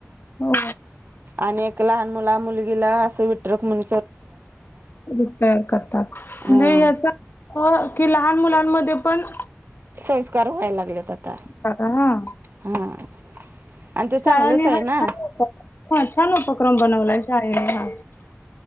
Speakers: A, on the left; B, on the right.
A: हो
B: आणि एक लहान मुला मुलगीला असं विटरक म्हण
A: रर करतात
B: हा
A: म्हणजे याच हो की लहान मुलांमध्ये पण
B: संस्कार व्हायला लागलेत आता
A: हा
B: हा आणि ते
A: शाळांनी
B: चांगलंच आहे
A: हा
B: ना,
A: छान उपक्रम हा छान उपक्रम बनवलाय शाळेने हा